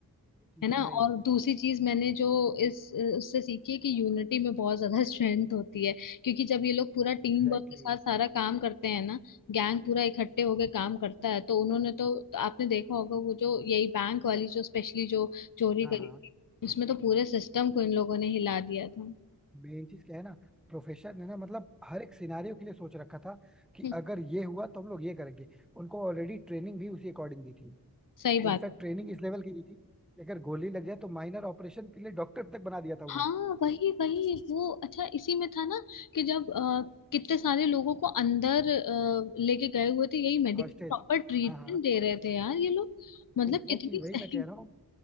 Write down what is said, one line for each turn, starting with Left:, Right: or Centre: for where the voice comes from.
Centre: ये चीज
Left: है ना
Centre: तो है ही
Left: और दूसरी चीज मैंने जो इस उससे सीखी है कि यूनिटी में बहुत ज्यादा स्ट्रेंथ <laughs> होती है क्योंकि जब ये लोग पूरा
Centre: Exactly
Left: टीम वर्क के साथ
Centre: exactly.
Left: सारा काम करते हैं ना गैंग पूरा इकट्ठे होके काम करता है तो उन्होंने तो, तो आपने देखा होगा वो जो यही बैंक वाली जो स्पेशली जो चोरी
Centre: हाँ
Left: करी
Centre: हाँ
Left: थी उसमें तो पूरे सिस्टम को इन लोगों ने हिला दिया था हम्म
Centre: मेन चीज क्या है ना प्रोफेशन है ना मतलब हर एक सिनारियों के लिए सोच रखा था कि
Left: हम्म,
Centre: अगर ये हुआ तो हम लोग ये करेंगे उनको ऑलरेडी ट्रेनिंग भी उसी अकॉर्डिंग दी थी
Left: सही बात
Centre: इनफैक्ट ट्रेनिंग इस लेवल की दी थी कि अगर गोली लग जाए तो माइनर ऑपरेशन के लिए डॉक्टर तक बना दिया था उन्हें
Left: हाँ वही वही वो अच्छा इसी में था ना कि जब अ, कितने सारे लोगों को अंदर अ, लेके गए हुए थे यही मेडिकल
Centre: हॉस्टेज
Left: प्रॉपर ट्रीटमेंट
Centre: हाँ हाँ
Left: दे रहे थे यार ये लोग मतलब
Centre: एग्जैक्टली
Left: कितनी
Centre: exactly वही
Left: सही
Centre: मैं कह रहा हूँ